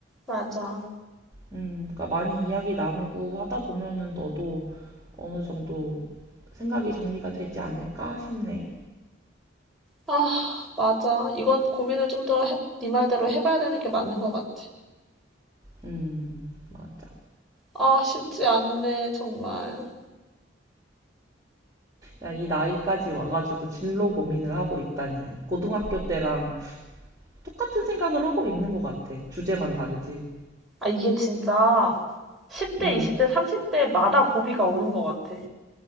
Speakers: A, in the centre; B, on the right.
A: 맞아.
B: 음, 그러니까 많이 이야기 나누고 하다 보면은 너도 어느 정도 생각이 정리가 되지 않을까 싶네.
A: 아 맞아. 이건 고민을 좀 더 네 말대로 해 봐야 되는 게 맞는 것 같아.
B: 음, 맞아.
A: 아 쉽지 않네 정말.
B: 야, 이 나이까지 와가지고 진로 고민을 하고 있다니. 고등학교 때랑 똑같은 생각을 하고 있는 것 같아. 주제만 다르지.
A: 아, 이게 진짜 10대,
B: 음,
A: 20대, 30대마다 고비가 오는 것 같아.